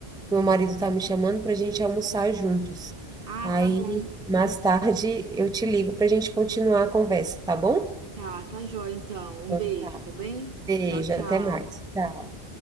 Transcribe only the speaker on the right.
Ah,
tá bom.
Tá, tá jóia então. Um
beijo,
tá bem?
Tchau, tchau.